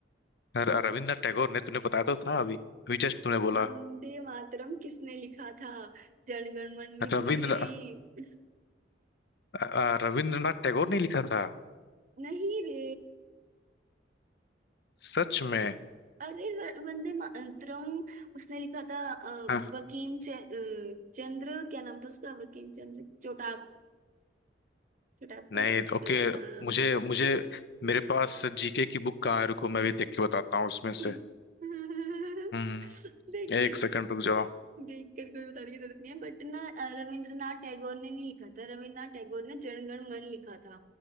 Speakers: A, on the left; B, on the right.
A: र- रविंद्रनाथ टैगोर ने तूने बताया तो था अभी अभी जस्ट तूने बोला
B: वंदे मातरम किसने लिखा था जनगण मन में
A: रविंद्र
B: पूछ रही
A: अ- अ, रविंद्रनाथ टैगोर ने लिखा था
B: नहीं रे
A: सच में
B: अरे व- वंदे मातरम उसने लिखा था अ,
A: हाँ
B: वकीम च, अ, चंद्र क्या नाम था उसका वकीम चंद्र चोटाप चोटाप्पा
A: नहीं
B: है कुछ
A: ओके
B: करके था नाम
A: मुझे
B: था ऐसे
A: मुझे मेरे पास जीके की बुक कहाँ है रुको मैं भी देख के बताता हूँ उसमें
B: <laughs>
A: से हम्म
B: देख
A: एक
B: के
A: सेकंड रुक जाओ
B: देख कर कोई बताने की जरूरत नहीं है बट ना अ, रविंद्रनाथ टैगोर ने नहीं लिखा था रविंद्रनाथ टैगोर ने जनगण मन लिखा था